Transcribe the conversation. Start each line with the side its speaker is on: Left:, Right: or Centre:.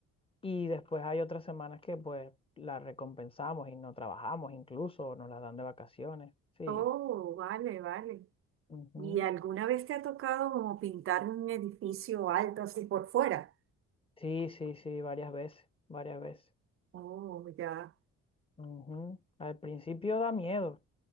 Left: Y después hay otras semanas que pues las recompensamos y no trabajamos incluso, o nos las dan de vacaciones. Sí.
Right: oh, vale, vale.
Left: Ujú.
Right: ¿Y alguna vez te ha tocado como pintar un edificio alto así por fuera?
Left: Sí, sí, sí, varias veces, varias veces.
Right: Oh, ya,
Left: Ujú. Al principio da miedo,